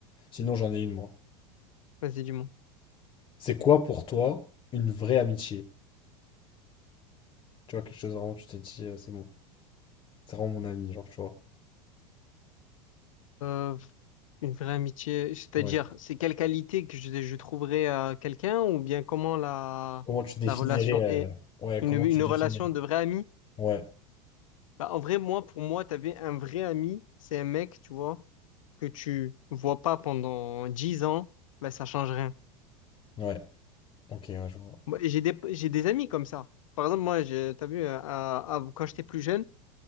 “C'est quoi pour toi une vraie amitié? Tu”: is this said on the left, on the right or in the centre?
Left